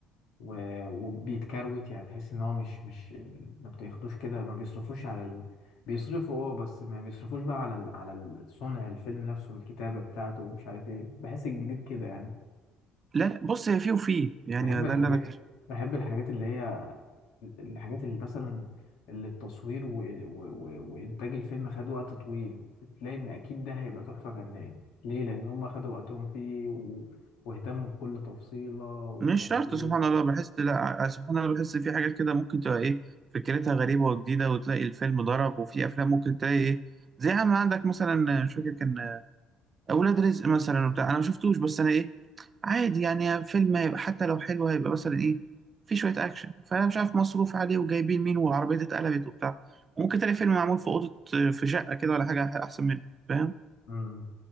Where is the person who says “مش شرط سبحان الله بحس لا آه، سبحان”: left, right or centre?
Right